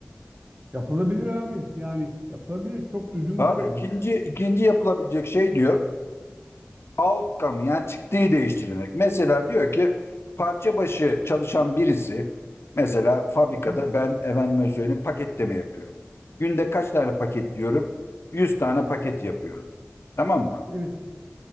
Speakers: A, on the right (about 40°); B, on the left (about 65°).
A: Yapılabilir abi. Yani yapılabilir. Çok düzgün
B: Abi
A: bir şey
B: ikinci
A: bu.
B: ikinci yapılabilecek şey diyor. Outcome yani çıktığı değiştirmek. Mesela diyor ki parça başı çalışan birisi mesela fabrikada
A: Hı hı.
B: ben efendime söyleyeyim paketleme yapıyorum. Günde kaç tane paketliyorum? 100 tane paket yapıyorum. Tamam mı?
A: Evet.